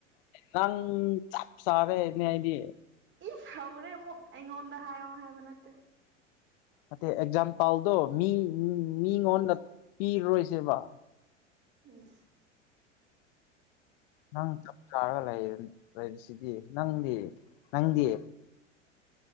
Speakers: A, on the left (about 45°); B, on the right (about 30°).
A: ꯅꯪ ꯆꯞ ꯆꯥꯔꯦꯅꯦ ꯍꯥꯏꯗꯤ
B: ꯏꯁ ꯍꯧꯔꯦ ꯑꯃꯨꯛ ꯑꯩꯉꯣꯟꯗ ꯍꯥꯏꯌꯣ ꯍꯥꯏꯕ ꯅꯠꯇꯦ
A: ꯅꯠꯇꯦ ꯑꯦꯛꯖꯥꯝꯄꯥꯜꯗꯣ ꯃꯤ ꯃꯤꯉꯣꯟꯗ ꯄꯤꯔꯔꯣꯏꯁꯦꯕ
B: ꯑꯦ
A: ꯅꯪ ꯆꯞ ꯆꯥꯔꯒ ꯂꯩꯔꯤꯁꯤꯗꯤ ꯅꯪꯗꯤ ꯅꯪꯗꯤ